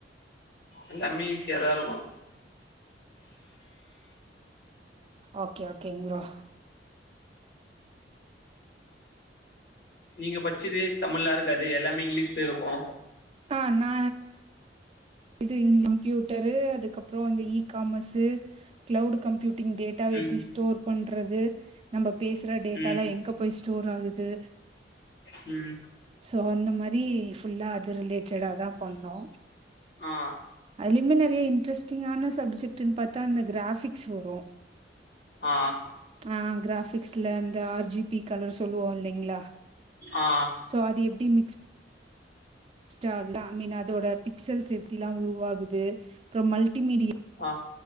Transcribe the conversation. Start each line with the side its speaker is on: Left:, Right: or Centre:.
Left: எல்லாமே ஈஸியாதா இருக்கு
Right: ஓகே ஓகே ங்ப்ரோ
Left: நீங்க பச்சது தமிழ்லா இருக்காது எல்லாமே இங்கிலீஷ் இருக்கு
Right: ஆ நா இது <unintelligible> கம்ப்யூட்டரு அதுக்கப்ற இந்த இ காமர்ஸு கிளவுடு கம்ப்யூட் <unintelligible> டேட்டாவ
Left: ம்
Right: எப்டி ஸ்டோர் பண்றது நம்ம பேசுற டேட்டாலா
Left: ம்
Right: எங்க போயி ஸ் ஸ்டோர் ஆகுது
Left: ம்
Right: சோ அந்த மாரி ஃபுல்லா அது ரிலேட்டடாதா பண்ணோ
Left: ஆ
Right: அதுலயுமே நறைய இன்ட்ரஸ்டிங்கான சப்ஜெக்ட்ன்னு பாத்தா அந்த கிராபிக்ஸ் வரு
Left: ஆ
Right: ஆ கிராபிக்ஸ்ல இந்த ஆர்ஜிபி கலர் சொல்லுவோலிங்களா
Left: ஆ
Right: சோ அது எப்டி <unintelligible> ஐ மீன் அதோட பிக்சல்ஸ் எப் <unintelligible> ல்லா உருவாகுது அப்புற மல்டிமீடி
Left: ஆ